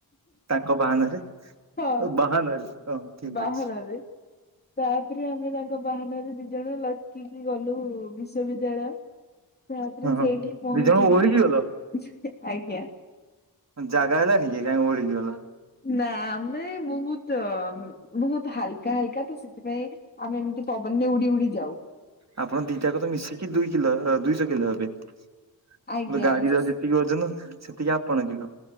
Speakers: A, on the right (about 45°); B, on the left (about 25°).
A: ତାଙ୍କ ବାହାନାରେ,
B: ହଁ
A: ବାହାନାରେ ହଁ ଠିକ
B: ବାହାନାରେ
A: ଅଛି।
B: ତାପରେ ଆମେ ତାଙ୍କ ବାହାନାରେ ଦି ଜଣ ଲକ୍କି ଗଲୁ ବିଶ୍ଵବିଦ୍ୟାଳୟ ତା ପରେ
A: ହଁ।
B: ସେଇଠି ପହଞ୍ଚିଲୁ।
A: ଦି ଜଣ ଓହଳିକି ଗଲ
B: ହେ ଆଜ୍ଞା।
A: ଜାଗା ହେଲାନି କି କାଇଁ ଓହଳିକି ଗଲ?
B: ନା ଆମେ ବହୁତ ବହୁତ ହାଲକା, ହାଲକା ତ ସେଥିପାଇଁ ଆମେ ଏମିତି ପବନରେ ଉଡି ଉଡି ଯାଉ।
A: ଆପଣ ଦିଟା ଯାକ ମିଶିକି ଦୁଇ କିଲୋ ଦୁଇଶହ କିଲୋ ହେବେ। ଫୁଣି
B: ଆଜ୍ଞା
A: ଗାଡିର
B: ସେ
A: ଯେତିକି ଓଜନ, ସେତିକି ଆପଣ କିଲ।